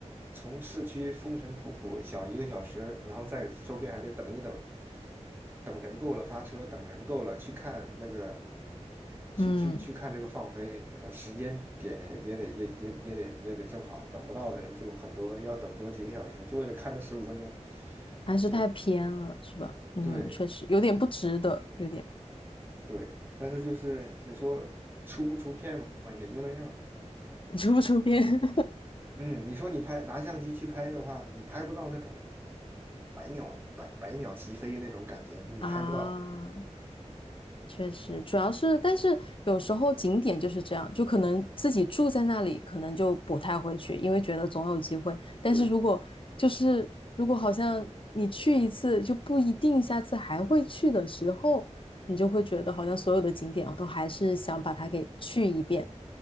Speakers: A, on the right (about 15°); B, on the left (about 45°).
A: 从市区风尘仆仆小一个小时，然后再说不定还得等一等，等人够了发车，等人够了去看那个，
B: 嗯，
A: 去去去看这个放飞，呃时间点也得也也也得也得正好，等不到的人就很多，要等多几个小时，就为了看那十五分钟，
B: 还是太偏了，
A: 就
B: 是吧？嗯，
A: 对
B: 确实有点不值得，有点
A: 对，但是就是你说出不出片嘛，也就那样，
B: 出 <laughs> 不出片 <laughs>
A: 嗯，你说你拍拿相机去拍的话，你拍不到那种百鸟百百鸟齐飞那种感觉，你拍不到。
B: 啊？确实，主要是，但是有时候景点就是这样，就可能自己住在那里，可能就不太会去，因为觉得总有机会。但是如果就是如果好像你去一次就不一定下次还会去的时候，
A: 对，
B: 你就会觉得好像所有的景点我都还是想把它给去一遍，